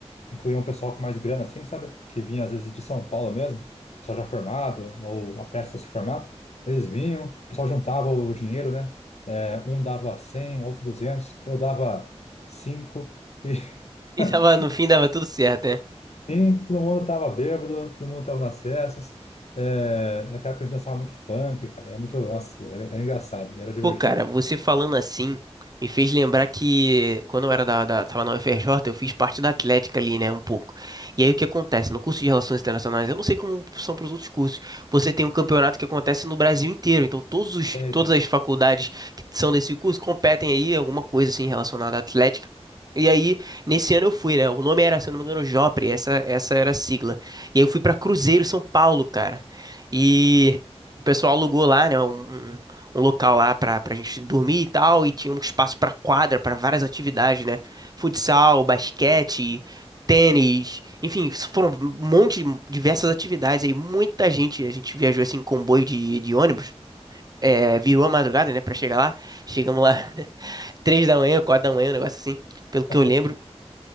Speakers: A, on the left; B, on the right.
A: Incluía um pessoal com mais grana, assim, sabe? Que vinha às vezes de São Paulo mesmo, pessoal já formado ou a prestes a se formar. Eles vinham, o pessoal juntava o dinheiro, né? É, um dava 100, outro 200, eu dava cinco E
B: E
A: <laughs>
B: tava, no fim dava tudo certo, né?
A: Sim, todo mundo tava bêbado, todo mundo tava nas festas. É, naquela época a gente dançava muito funk, cara. Era muito, nossa, era, era engraçado, era divertido.
B: Pô, cara, você falando assim me fez lembrar que quando eu era da, da, tava na UFRJ, eu fiz parte da Atlética ali, né, um pouco. E aí o que acontece? No curso de Relações Internacionais, eu não sei como são para os outros cursos, você tem um campeonato que acontece no Brasil inteiro, então todos os,
A: Sei,
B: todas
A: sei.
B: as faculdades que são desse curso competem aí em alguma coisa assim relacionada à Atlética. E aí, nesse ano eu fui, né? O nome era, se eu não me engano, Jopre, essa, essa era a sigla. E aí eu fui pra Cruzeiro São Paulo, cara. E o pessoal alugou lá, né? um- um local lá pra, pra gente dormir e tal, e tinha um espaço pra quadra, pra várias atividades, né? Futsal, basquete, tênis, enfim, isso foram um monte de diversas atividades aí, muita gente, a gente viajou assim em comboio de, de ônibus. é, virou a madrugada, né, Pra chegar lá. Chegamos lá <laughs> três da manhã, quatro da manhã, um negócio assim, pelo que
A: <laughs>
B: eu lembro.